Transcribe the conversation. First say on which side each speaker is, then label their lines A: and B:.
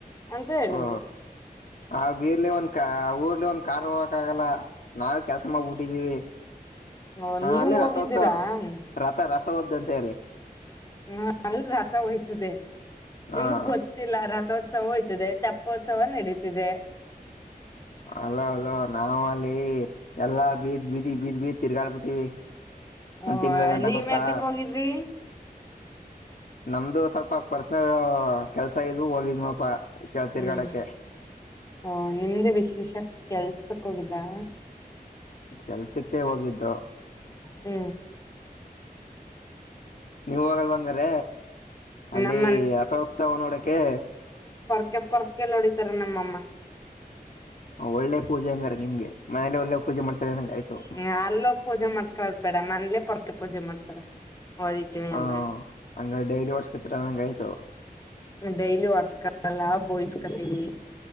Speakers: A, on the left (about 20°); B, on the left (about 55°).
A: ಅಂತ ಹೇಳಿದ್ರು
B: ಓ ಆ ಬೀರ್ಲಿ ಒಂದ ಕ ಆ ಊರ್ಲಿ ಒಂದ್ ಕಾರ್ ಹೋಗಕ ಆಗಲ್ಲ ನಾವೇ ಕೆಲ್ಸ ಮಾಡಗ್ಬಿಟ್ಟಿದ್ದೀವಿ
A: ಓ
B: ಹ
A: ನೀವು
B: ಅಲ್ಲಿೇ
A: ಹೋಗಿದ್ದೀರಾ
B: ರಥೋತ್ಸವ
A: ಹ್ಮ
B: ರಥ ರಥ ಹೋದಂತೆ ಅಲ್ಲಿ
A: ಹ ಅಲ್ ರಥ ಹಯ್ತದೆ
B: ಹ
A: ನಿಮಗ್ ಗೊತ್ತಿಲ್ಲ ರಥ ಉತ್ಸವ ಹೋಯ್ತದೆ ತಪ್ಪೋತ್ಸವ ನಡೀತಿದೆ
B: ಅಲೋ ಅಲೋ ನಾವ ಅಲ್ಲಿ ಎಲ್ಲಾ ಬೀದ್ ಬೀದಿ ಬೀದ್ ಬೀದ್ ತಿರ್ಗಾಡ್ ಬಿಟ್ಟಿವಿ
A: ಓ
B: ಒಂದ್ ತಿಂಗಳ ಗಂಟ
A: ನೀವ್
B: ಗೊತ್ತಾ
A: ಯಾತಕ್ ಹೋಗಿದ್ರಿ
B: ನಮ್ದು ಸ್ವಲ್ಪ ಪರ್ಸನಲ್ ಕೆಲ್ಸ ಇದು ಹೋಗಿದ್ ನಪ್ಪ ಚಳ್ತ್ತೀರ್
A: ಹ್ಮ್
B: ಕಾಡಕ್ಕೆೆ
A: ಓ ನಿಮ್ದೇ ವಿಶೇಷ ಕೆಲ್ಸಕ್ ಹೋಗಿದ್ರಾ
B: ಕೆಲ್ಸಕ್ಕೆ ಹೋಗಿದ್ದು
A: ಹ್ಮ
B: ನೀವ ಹೋಗಲ್ವಾಂಗ್ರ ಅಲ್ಲಿ
A: ನಮ್
B: ಅಥೋತ್ಸವ ನೋಡಕೆ
A: ಪೊರಕ ಪೊರಕಲ್ಲ ಹೊಡಿತಾರೆ ನಮ್ಮಮ್ಮ
B: ಒಳ್ಳೆ ಪೂಜೆ ಹಂಗಾರ ನಿಮ್ಗೆ ಮನೇಲೆ ಒಳ್ಳೆ ಪೂಜೆ ಮಾಡ್ತಾರೆ ನಂಗ ಆಯ್ತು
A: ಹ ಅಲ್ಲೋಗ ಪೂಜೆ ಮಾಡ್ಸ್ಕರದ್ ಬೇಡಮ ಅಂದಲೇ ಪರ್ಕ ಪೂಜೆ ಮಾಡ್ತಾರ ಹೊಡಿತೀವಿ
B: ಹ
A: ಅಂದ್ರ
B: ಹಂಗ ಡೈಲಿ ವರ್ಷಕತ್ತರ ನಂಗ ಆಯ್ತು
A: ಡೈಲಿ ಒರ್ಸ್ಕಲ್ಲ ಬೋಯಸ್ಕತೀವಿ